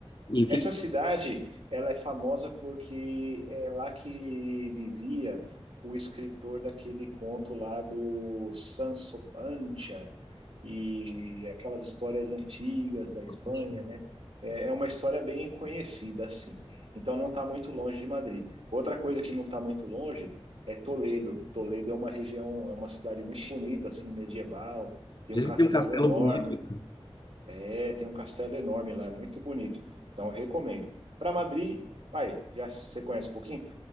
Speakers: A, on the left (about 45°); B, on the right (about 75°).
A: E o
B: Essa
A: que que tem?
B: cidade, ela é famosa porque é lá que vivia o escritor daquele conto lá do Sancho Panza e aquelas histórias antigas da Espanha,
A: em Campos?
B: né? É é uma história bem conhecida, assim. Então não está muito longe de Madrid. Outra coisa que não está muito longe é Toledo. Toledo é uma região, é uma cidade muito bonita, assim, medieval. Tem
A: Diz
B: um castelo
A: que tem um castelo
B: enorme,
A: bonito. em Campos.
B: é, tem um castelo enorme lá, é muito bonito. Então, eu recomendo. Para Madrid, vai, já você conhece um pouquinho?